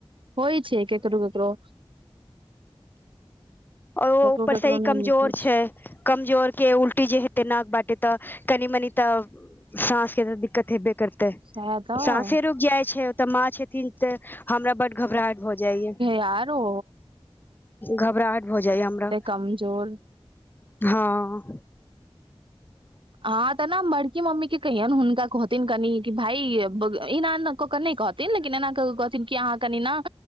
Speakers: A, on the right; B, on the left.
A: होय छै केकरो- केकरो
B: ओर ओ
A: केकरो
B: ऊपर
A: केकरो
B: स इ
A: नहि
B: कमजोर
A: नीक होइ
B: छै। कमजोर के उल्टी जे हेतय नाक बाटे तऽ कनि मनी तऽ साँस के तऽ दिक्कत हेबे करतै।
A: सएह तऽ
B: साँसे रुइक जाइ छै ओतऽ माँ छथिन त हमरा बड्ड घबराहट भऽ जाइयैऽ।
A: सारो
B: घबराहट भऽ जाइयैऽ हमरा।
A: कमजोर
B: हँ
A: अहांतऽ नऽ बड़की मम्मी के कहियौन हुनका कहथिन कनि, भाइ एना- अना कऽ क नय कहथिन, लेकिन एना कऽ कह थीन की अहाँ कनि न,